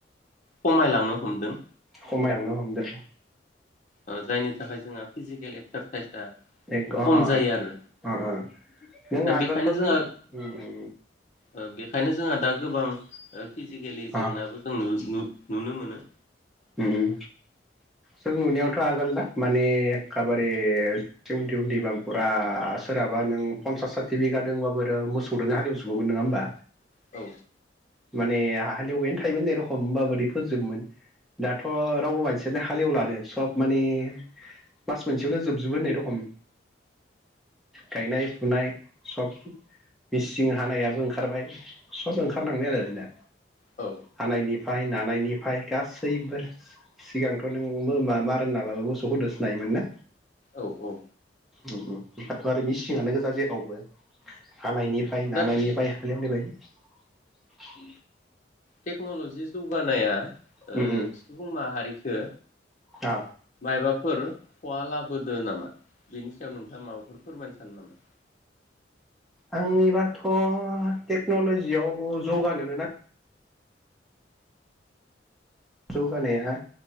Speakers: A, on the left; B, in the centre.
A: खमायलांनो हमदों
B: खामायलांनो हमदो
A: औ जायनि थाखाय जोंहा फिजिकेल एक्सारसाइसआ
B: एक अ
A: खम
B: अ
A: जायो आरो
B: अ अ नों
A: दा
B: आगोलथ'
A: बेखायनो
B: जों
A: जोंहा
B: उम उम
A: ओ बेखायनो जोंहा दा गोबां ओ फिजिकेलि जेंनाबो
B: अ
A: जों नुय नु नुनो मोनो
B: उम उम जों नुनायावथ' आगोल ना माने एखाबारे एसे उन्दै उन्दैबा फुरा सोरहाबा नों पन्सास साथि बिघादोंबाबो आरो मोसौदोनो हालेवजोबोमोन नङा होमबा
A: औ
B: माने हालौबायानो थायोमोन होननाय रखम ओमबाबोदि फो जोबमोन दाथ' रावबो मानसियानो हालेवलानो सब माने मास मोनसेयावनो जोबजोबो होननाय रखम गायनाय फुनाय सब मिसिं हानायाबो ओंखारबाय सब ओंखारनांबाय आरो दा
A: औ
B: हानायनि फाय नानायनि फाय गासैबो सिगांथ' नोंबो मा मा रोंनाबाबो मोसौखौ दोस्लायोमोन ना
A: औ औ
B: अम अम दाथ' आरो मेसिङानो गोजा जेरावबो हानायनि फ्राय नानायनिफ्राय
A: दा बे
B: हालेवनिफाय अम
A: टेक्न'लजि जौगानाया ओ
B: उम उम
A: सुबुं माहारि ओ
B: आ
A: माबाफोर खहा लाबोदो नामा बेनि सायाव नोंथाङा माबाफोर फोरमायनो सानो नामा
B: आंनिबाथ' टेक्न'ल'जियाव जौगानोनो नां जौगानाया